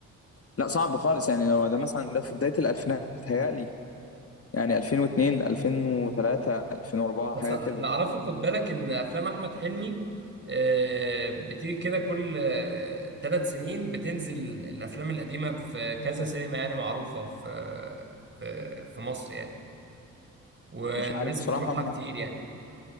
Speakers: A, on the left (about 35°); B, on the right (about 30°).
A: لا صعب خالص يعني لو ده مثلا ده في بدايه الالفينات بتهيألي يعني 2002 2003 2004
B: بس
A: حاجه
B: اللي
A: كده
B: اعرفه خد بالك ان افلام احمد حلمي آه، بتيجي كده كل ثلاث سنين بتنزل الافلام القديمه في كذا سينما يعني معروفه في في في مصر يعني والناس
A: مش عارف بصراحه
B: بتروحها
A: ما
B: كتير يعني